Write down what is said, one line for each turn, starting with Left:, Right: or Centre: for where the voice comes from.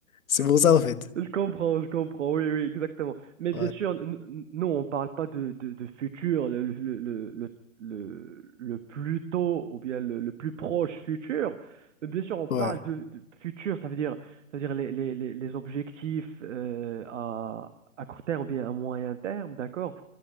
Left: C'est pour ça, en fait.
Right: Je comprends, je comprends, oui, oui, exactement. Mais
Left: Ouais,
Right: bien sûr, n- n- nous, on parle pas de, de, de futur, le, le, le, le, le- le plus tôt ou bien le, le plus proche futur. Mais bien sûr, on parle
Left: ouais.
Right: de, de futur, ça veut dire, ça veut dire les, les, les, les objectifs euh, à, à court terme ou bien à moyen terme, d'accord?